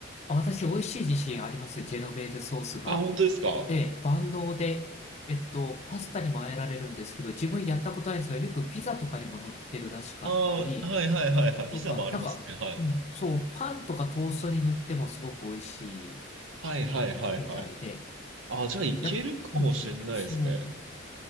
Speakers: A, on the left; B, on the right.
A: 私、美味しい自信あります、ジェノベーゼソースが。
B: あ、本当ですか
A: ええ、万能で、えっと、パスタにもあえられるんですけど、自分やったことないんですが、よくピザとかにも乗ってるらしかったり、
B: ああー、はいはいはいはい。
A: とか、
B: ピザもありますね。
A: なんか、
B: はい。
A: うん、そう、パンとかトーストに塗ってもすごく美味しい
B: はいはいはいはい。
A: みたいで、
B: あーじゃあいけるかもしれないですね。
A: や、うん、そう、